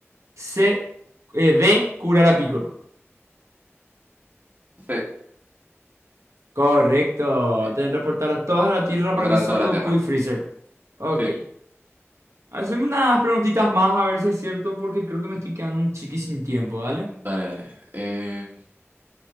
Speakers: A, on the right; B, on the right.
A: C. eh, D. Curar a Piccolo.
B: Sí,
A: Correcto.
B: sí.
A: Deben reportar a toda la Tierra
B: Para
A: para que solo
B: toda la
A: Goku
B: Tierra.
A: y Freezer. Ok.
B: Sí,
A: Hacemos unas preguntitas más a ver si es cierto, porque creo que me estoy quedando un chiqui sin tiempo, ¿dale?
B: dale, dale. Em,